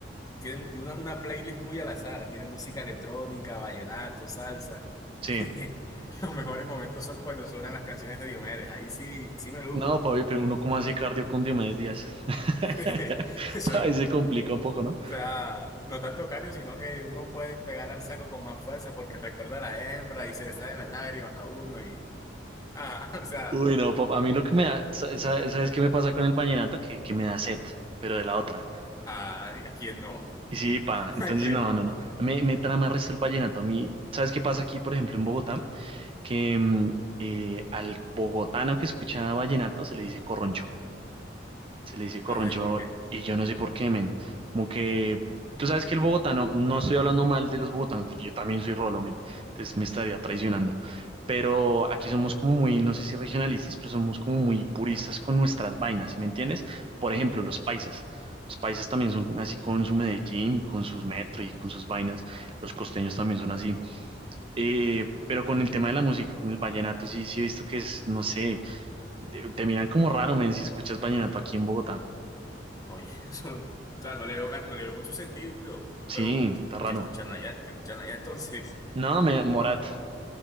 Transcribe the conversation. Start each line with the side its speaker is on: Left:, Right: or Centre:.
Left: tiene, tiene una, una playlist muy al azar, tiene música electrónica, vallenato, salsa.
Right: Sí.
Left: <laughs> Los mejores momentos son cuando suenan las canciones de Diomedes. Ahí sí, sí me luzco.
Right: No, Pablo, pero uno cómo hace cardio con Diomedes Díaz. <laughs>
Left: <laughs> Eso
Right: Ahí se complica un poco, ¿no?
Left: sea, no tanto cario, sino que uno puede pegar al saco con más fuerza porque recuerda a la hembra y se le salen las lágrimas a uno y, ah, <laughs> o sea,
Right: Uy, no, papá. A mí lo que me da, sa- sa- ¿sabes qué me pasa con el vallenato? Que, que me da sed, pero de la otra.
Left: ay, ¿a quién no?
Right: Y sí, pa,
Left: <laughs>
Right: entonces
Left: ¿A quién
Right: no,
Left: no?
Right: no, no. Me, me trama el resto el vallenato. A mí, ¿sabes qué pasa aquí, por ejemplo, en Bogotá? Que mm, eh, al bogotano que escucha vallenato se le dice corroncho. se le dice corroncho
Left: Ajá, ¿y por qué?
Right: y yo no sé por qué, men. Como que tú sabes que el bogotano, no estoy hablando mal de los bogotanos porque yo también soy rolo, men. Entonces me estaría traicionando. Pero aquí somos como muy, no sé si regionalistas, pero somos como muy puristas con nuestras vainas, ¿sí me entiendes? Por ejemplo, los paisas. Los paisas también son así con su Medellín y con sus metro y con sus vainas. Los costeños también son así. Eh, pero con el tema de la música, con el vallenato, sí, sí he visto que es, no sé, te, te miran como raro, men, si escuchas vallenato aquí en Bogotá.
Left: Oye, <laughs> son, o sea, no le veo, ga- no le veo mucho sentido,
Right: Sí,
Left: pero usted-
Right: está raro.
Left: ¿qué escuchan allá? ¿Qué escuchan allá? Entonces,
Right: No,
Left: <laughs>
Right: me,
Left: hmm,
Right: Morat.